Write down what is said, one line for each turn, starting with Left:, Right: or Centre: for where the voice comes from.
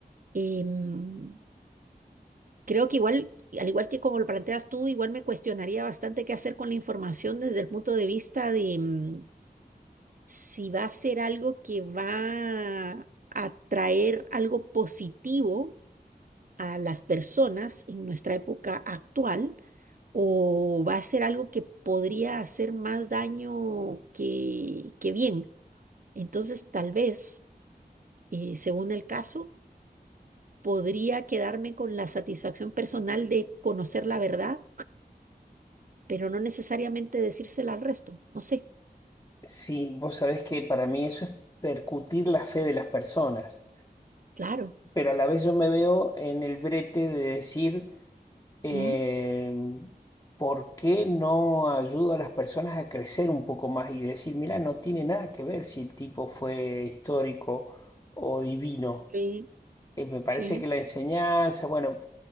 Right: em, creo que igual, al igual que como lo planteas tú, igual me cuestionaría bastante qué hacer con la información desde el punto de vista de mm, si va a ser algo que va a traer algo positivo a las personas en nuestra época actual o va a ser algo que podría hacer más daño que, que bien. Entonces, tal vez, eh, según el caso, podría quedarme con la satisfacción personal de conocer la verdad, pero no necesariamente decírsela al resto. No sé,
Left: Sí, vos sabés que para mí eso es percutir la fe de las personas,
Right: claro.
Left: pero a la vez yo me veo en el brete de decir eh,
Right: Mm,
Left: ¿por qué no ayudo a las personas a crecer un poco más y decir, mira, no tiene nada que ver si el tipo fue histórico o divino?
Right: Sí,
Left: Eh, me parece
Right: sí,
Left: que la enseñanza, bueno,